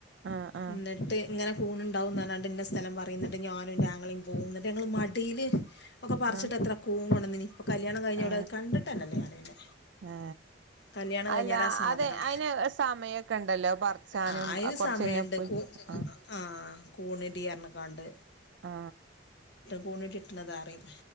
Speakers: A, on the right (about 65°); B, on the left (about 60°).
A: ആ ആ
B: എന്നിട്ട് ഇങ്ങനെ കൂണ് ഉണ്ടാവുന്നാന്റെ സ്ഥലം പറയുന്നിട്ട് ഞാനും ൻ്റെ ആങ്ങളെയും പോകുന്നുട്ട് ഞങ്ങള് മടിയില് ഒക്കെ പറിച്ചിട്ട്ത്ര
A: ആ
B: കൂണ്കൊണ്ടുന്നീനി അപ്പൊ കല്യാണം കഴിഞ്ഞോടത്
A: ആ
B: കണ്ടിട്ടല്ലല്ലോ ഞാൻ പിന്നെ
A: ഏ
B: കല്യാണം കഴിഞ്ഞേരം
A: അല്ല
B: ആ സാധനം
A: അതെ അയിന് സമയം ഒക്കെ ഉണ്ടല്ലോ പറച്ചാനും
B: ആ അതിന്
A: കൊറച്ച്
B: സമയമുണ്ട്
A: കഴിഞ്ഞ പോയി
B: കൂ
A: ആ
B: ആ കൂണ് ഇടി ആറിണക്കാണ്ട്
A: ആ
B: കൂണ് കിട്ടുന്നത് അറിയും